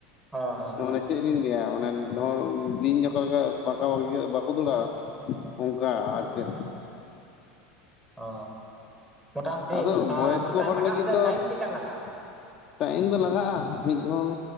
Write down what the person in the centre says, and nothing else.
ᱚ ᱚ ᱚ
ᱚ ᱢᱚᱴᱟᱢᱩᱴᱤ
ᱟᱹ
ᱪᱮᱛᱟᱱ
ᱨᱟᱠᱟᱵ
ᱛᱮ
ᱴᱟᱭᱤᱢ ᱪᱮᱫᱠᱟ ᱞᱟᱜᱟᱜᱼᱟ